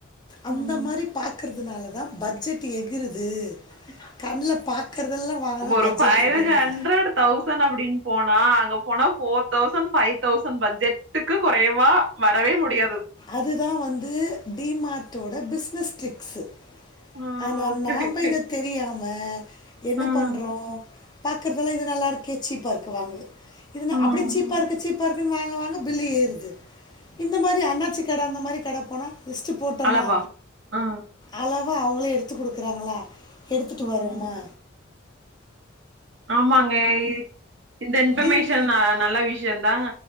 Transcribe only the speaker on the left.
அந்த
மாரி பாக்கறதுனால தா பட்ஜெட் டு எகுறுது கண்ல பாக்கறதெல்லா வாங்கதா
பட்ஜெட்
எகுறுது
அதுதா வந்து டி மார்ட்டோட பிஸ்னஸ் ட்டிரிக்ஸு
ஆனா
நான்
போய் இத தெரியாம என்ன
பண்றோ பாக்குறதெல்லா இது நல்லா இருக்கே சீப்பா இருக்கு வாங்கு இதுனா
அப்டியே சீப்பா இருக்கு சீப்பா இருக்குன்னு வாங்க வாங்க பில்லு ஏறுது இந்த மாரி அண்ணாச்சி கட அந்த மாரி கட போனா லிஸ்ட்டு போட்டமா
அளவா அவங்களே எடுத்து குடுக்குறாங்களா எடுத்துட்டு
வருவமா
டீம்